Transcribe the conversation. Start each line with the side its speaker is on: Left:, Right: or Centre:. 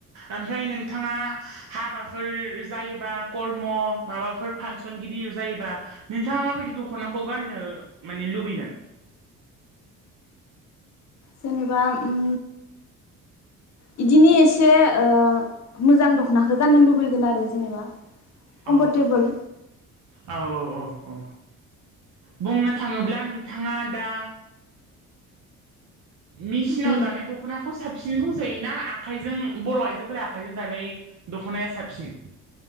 Right: ओमफ्राय नोंथाङा हाबाफोर जायोबा कर्म माबा माबाफोर फांसनगिरिद जायोबा नोंथाङा माबायदि दख'नाखौ गाननो माने लुबैगोन
Left: जेनेबा उम बिदिनो एसे ओ मोजां दख'नाखौ गाननो लुबैगोन आरो जेनेबा। कमफरटेबोल
Right: औ औ औ औ औ बुंनो थाङोब्ला नोंथाङा दा मेसिनाव
Left: उम
Right: दानाय दख'ना खौ साबसिन बुंजायोना आखाइजों बर' आइजोफोरा आखाइजों दानाय दख'नाया साबसिन <inaudible>